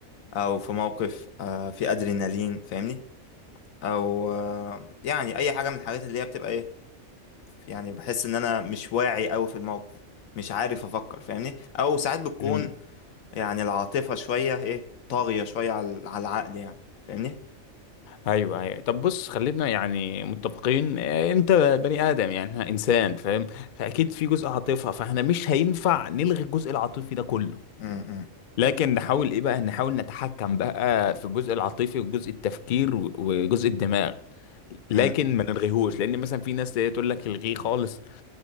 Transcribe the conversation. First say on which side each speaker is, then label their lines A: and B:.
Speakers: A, on the left; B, on the left.
A: او في موقف آه في ادرينالين فاهمني او آه يعني اي حاجة من الحاجات اللي هي بتبقى ايه يعني بحس ان انا مش واعي اوي في الموقف مش عارف افكر فاهمني او ساعات بتكون
B: ايه؟
A: يعني العاطفة شوية ايه طاغية شوية على على العقل يعني فاهمني
B: ايوه ايوه طب بص خلينا يعني متفقين آه، انت بني ادم يعني إحنا انسان فاهم فاكيد في جزء عاطفه فاحنا مش هينفع نلغي الجزء العاطفي ده كله
A: امم
B: لكن نحاول ايه بقى نحاول نتحكم بقى في الجزء العاطفي وجزء التفكير و- وجزء الدماغ لكن
A: امم
B: ما نلغيهوش لان مثلا في ناس تقول لك الغيه خالص